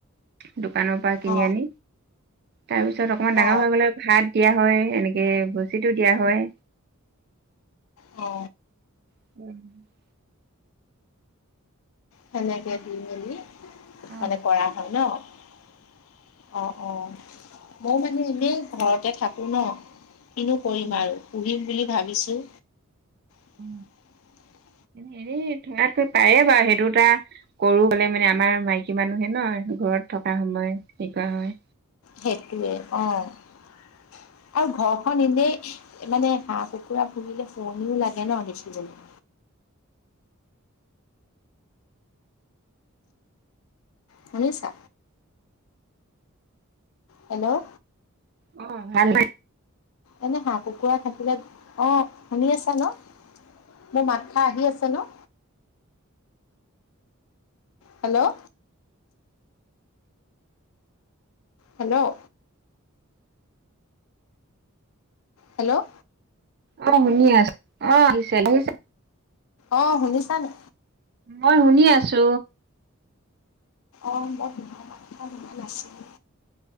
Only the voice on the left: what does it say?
অ
অ
অ।
সেনেকে দি মেলি <unintelligible>
কৰা হয় নহ। অ, অ মই মানে এনেই ঘৰতে থাকোঁ নহ কিনো কৰিম
আৰু। পুহিম বুলি ভাবিছোঁ। <inaudible>
সেইটোৱে অহ আৰু ঘৰখন এনেই মানে হাঁহ কুকুৰা পোহিলে শুৱনিও লাগে ন দেখিবলে শুনিছা হেল্ল'
এনে হাঁহ কুকুৰা থাকিলে অহ শুনি আছা ন মোৰ মাতখা আহি আছে ন হেল্ল' হেল্ল' হেল্ল'
অহ শুনিছানে
অহ মই সি খা মাত খা শুনা নাছিলো